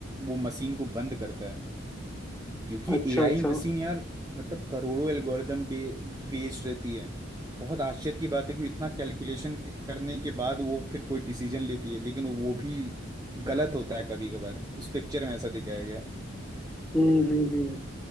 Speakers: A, on the right; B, in the centre.
A: वो मशीन को बंद करता है क्योंकि
B: अच्छा
A: एआई
B: अच्छा
A: मशीन यार मतलब करोड़ों एल्गोरिदम बे, बेस्ड रहती है बहुत आश्चर्य की बात है कि इतना कैलकुलेशन के करने के बाद वो फिर कोई डिसीजन लेती है लेकिन वो भी गलत होता है कभी कभार उस पिक्चर में ऐसा दिखाया गया है
B: हम्म हम्म हम्म